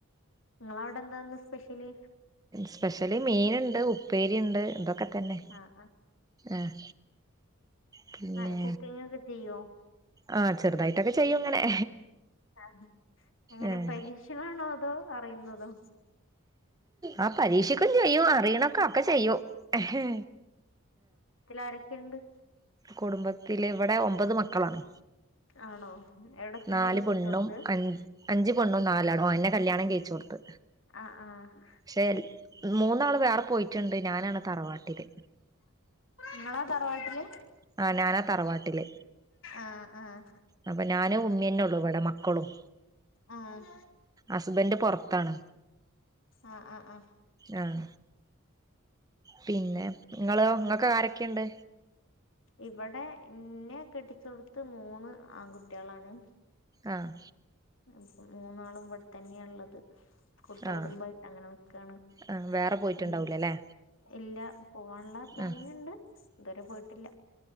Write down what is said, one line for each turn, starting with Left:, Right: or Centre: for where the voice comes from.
Left: നിങ്ങളവിട എന്താന്ന് സ്പെഷ്യല്
Right: സ്പെഷ്യല് മീന്ണ്ട് ഉപ്പേരി ഇണ്ട് ഇതൊ ക്കെ തന്നെ
Left: ആഹ്
Right: ആഹ് പിന്നെ
Left: ആഹ് കുക്കിംഗ് ഒക്കെ ചെയ്യോ
Right: ആ ചെറുതായിട്ടൊക്കെ ചെയ്യും ഇങ്ങനെ
Left: ആഹ് എങ്ങനെ
Right: ഏഹ്
Left: പരീക്ഷണണോ അതോ അറിയുന്നതോ?
Right: ആ പരീക്ഷിക്കും ചെയ്യും അറിയണക്കെ ഒക്കെ ചെയ്യു ആഹ്
Left: ആരൊക്കെ ഇണ്ട്
Right: കുടുംബത്തില് ഇവിടെ ഒമ്പത് മക്കളാണ്
Left: ആണോ എവിടെ നിങ്ങളെ
Right: നാല്
Left: കെട്ടിച്ചോടത്ത്
Right: പെണ്ണും അഞ്ച് അഞ്ച് പെണ്ണും നാലാണും എന്നെ കല്യാണം കയിചൊട് ത്ത്
Left: ആഹ് ആഹ്
Right: പക്ഷെ മൂന്നാള് വേറെ പോയിറ്റ്ണ്ട് ഞാനാണ് തറവാട്ടില്
Left: ഇങ്ങളാ തറവാട്ടില്
Right: ആ ഞാനാ തറവാട്ടില്
Left: ആഹ് ആഹ്
Right: അപ്പൊ ഞാനും ഉമ്മന്നെള്ളു ഇവിടെ മക്കളും
Left: ആഹ്
Right: അസ്ബന്റ് പൊറത്താണ്
Left: ആഹ് ആഹ് ആഹ്
Right: ആഹ് പിന്നെ ഇങ്ങളെയോ ഇങ്ങക്ക് ആരൊക്കെയിണ്ട്?
Left: ഇവിടെ ബന്നെ കെട്ടിച്ചൊടുത്ത് മൂന്ന് ആൺകുട്ട്യളാണ്
Right: ആഹ്
Left: അപ്പ മൂന്നാളും ഇവിടെ തന്നെയ ള്ളത് കൂട്ടുകുടുംബായിട്ടങ്ങനെ
Right: ആ
Left: നിക്കാണ്
Right: ആ വേറെ പോയിട്ടുണ്ടാവൂലല്ലേ
Left: ഇനി ഇല്ല പോവാനുള്ള പ്ലാനിങ്
Right: ആ
Left: ഉണ്ട് ഇതുവരെ പോയിട്ടില്ല.